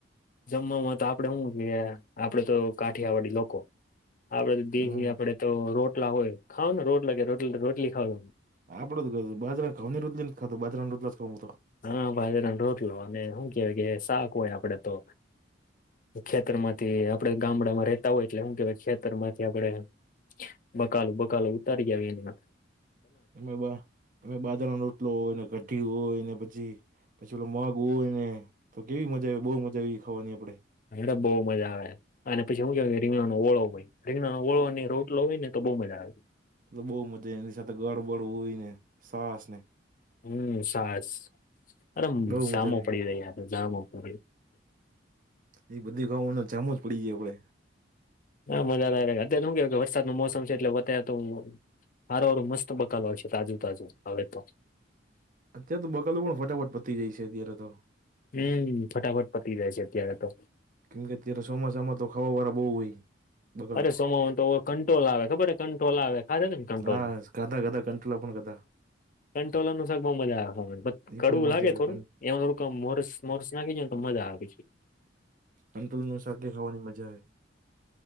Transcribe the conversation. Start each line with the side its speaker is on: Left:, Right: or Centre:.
Left: જમવામાં તો આપડે શું જોઈએ આપડે તો કાઠિયાવાડી લોકો આપડે દિહે
Right: હમ
Left: આપડે તો રોટલા હોય ખાવ ને રોટલા કે રોટલા રોટલી ખાવ
Right: આપડો કેવું છે બાજરા ના ઘવની રોટલીમ ખ તો બાજરાને રોટલા જ ખઉં મુ તો
Left: હા બાજરાન રોટલો અને હું કેય કે શાક હોય આપડે તો ખેતર માંથી આપડે ગામડામાં રેતા હોય એટલે શું કેવાય ખેતર માંથી આપડે બકાલું બકાલો ઉતારી જાવી એની
Right: અમે બહાને બાજરાનો રો લો ને કઢી હોય ને પછી પછી ઓલો મગ હોય ને તો કેવી મજા આવે બહુ મજાઆવી ખાવાની આપડે
Left: અરે બઉ મજા આવે અને પછી શું કે કે રીંગણ નો ઓળો હોય રીંગનોળો અને રોટલો હો ને તો બુ મજા આવે
Right: એતો બહુ મજા એની સાથે ગડબડ હોય ને સાસ ને
Left: હમ્મ સાસ અરે
Right: બહુ
Left: સામો
Right: મજા આવી
Left: પડી રહ્યા આતો જામો પડી
Right: એ બધી ગાનું જામુ જ પડી જાયે આપડે
Left: હા મજા <unintelligible> અત્યારે શું કેવ કે વરસાદ ન મોસમ છે એટલે વત્તા તો હારુ હરું મસ્ત બકાલ હો છે તાજુ તાજું હવે તો
Right: અત્યારે તો બકાલું પણ ફટાફટ પતી જાય છે અત્યારે તો
Left: હમ્મ ફટાફટ પતી જાય છે અત્યારે તો
Right: કેમ કે અત્યારે ચોમાસામાં તો ખાવા વાળા બહુ હોય બકાલું
Left: અરે સોમ તો કંટ્રોલ આવે ખબર કંટ્રોલ આવે અ ત કન્ટટ્રોલ
Right: હા ગાધા ગાધા કંટોલા પણ ખાધા
Left: કંટોલર નું શક બઉુ મજાવા
Right: એ
Left: કડવું
Right: પણ મજા
Left: લાગે
Right: આવે
Left: થોડું એમાં થોુંક મોરસ મોરસ નાખી ને તો મજા આવી જાય
Right: અંતુલ ન શાક એ ખાવાની મજા